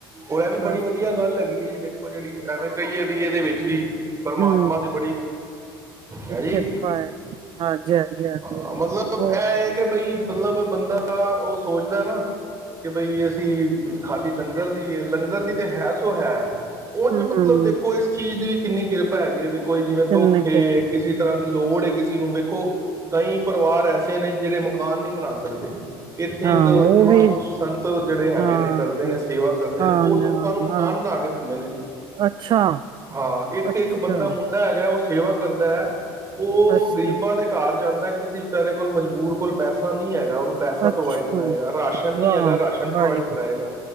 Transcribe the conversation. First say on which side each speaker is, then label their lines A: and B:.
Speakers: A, on the right; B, on the right.
A: ਹੋਰ ਇਹ ਵੀ
B: ਬਸ
A: ਬੜੀ ਵਧੀਆ ਗੱਲ ਹੈਗੀ ਹੈ ਜੀ ਦੇਖੋ ਜਿਹੜੀ ਐਵੇਂ ਕਹੀ ਹੈ ਵੀ ਇਹਦੇ ਵਿੱਚ ਵੀ ਪਰਮਾਤਮਾ
B: ਹਮ
A: ਦੀ ਬੜੀ ਹੈ ਜੀ
B: ਕਿਰਪਾ ਹੈ ਹਾਂਜੀ ਹਾਂਜੀ ਹਾਂਜੀ
A: ਹਾਂ ਮਤਲਬ
B: ਬਹੁਤ
A: ਇਹ ਹੈ ਕਿ ਬਈ ਮਤਲਬ ਬੰਦਾ ਉਹ ਸੋਚਦਾ ਨਾ ਕਿ ਬਈ ਅ ਖਾਲੀ ਲੰਗਰ ਦੀ ਲੰਗਰ ਦੀ ਤੇ ਹੈ ਸੋ ਹੈ
B: ਹੂੰ-ਹੂੰ,
A: ਉਂਝ ਮਤਲਬ ਦੇਖੋ ਇਸ ਚੀਜ਼ ਦੀ ਵੀ ਕਿੰਨੀ ਕਿਰਪਾ ਪੈ ਗਏ ਨੇ ਕੋਈ ਜਿਵੇਂ ਦੁੱਖ
B: ਕਿੰਨੇ ਕਿ ਹੂੰ,
A: ਕਿਸੇ ਤਰ੍ਹਾਂ ਦੀ ਲੋੜ ਕਿਸੇ ਜੀ ਨੂੰ ਵੇਖੋ ਤਾਂਹੀ ਪਰਿਵਾਰ ਐਸੇ ਨੇ ਜਿਹੜੇ ਮਕਾਨ ਨਹੀਂ ਬਣਾ ਸਕਦੇ। ਇੱਥੇ
B: ਹਾਂ
A: ਇੱਕ
B: ਉਹ
A: ਮਹਾਂਪੁਰਸ਼
B: ਵੀ
A: ਸੰਤ ਜਿਹੜੇ ਹੈਗੇ
B: ਹਾਂ,
A: ਨੇ ਕਰਦੇ ਨੇ ਸੇਵਾ ਕਰਦੇ
B: ਹਾਂ,
A: ਨੇ ਉਹ ਲੋਕਾਂ ਨੂੰ ਮਕਾਨ
B: ਹਾਂ,
A: ਬਣਾ ਕੇ ਦਿੰਦੇ ਨੇ ਜੀ।
B: ਅੱਛਾ।
A: ਹਾਂ ਇੱਕ-ਇੱਕ
B: ਅੱਛਾ,
A: ਬੰਦਾ ਮੁੰਡਾ ਹੈਗਾ ਉਹ ਸੇਵਾ ਕਰਦਾ ਉਹ
B: ਅੱਛਾ,
A: ਗਰੀਬਾਂ ਦੇ ਘਰ ਜਾਂਦਾ ਕਿਸੇ ਵਿਚਾਰੇ ਕੋਲ ਮਜਬੂਰ ਕੋਲ ਪੈਸਾ ਨਹੀਂ ਹੈਗਾ ਉਹਨੂੰ ਪੈਸਾ
B: ਅੱਛਾ,
A: ਪ੍ਰੋਵਾਈਡ ਕਰਾਏਗਾ। ਰਾਸ਼ਨ ਨਹੀਂ
B: ਵਾਹ!
A: ਹੈਗਾ
B: ਵਾਹਿਗੁਰੂ,
A: ਪ੍ਰੋਵਾਈਡ ਕਰਾਏਗਾ।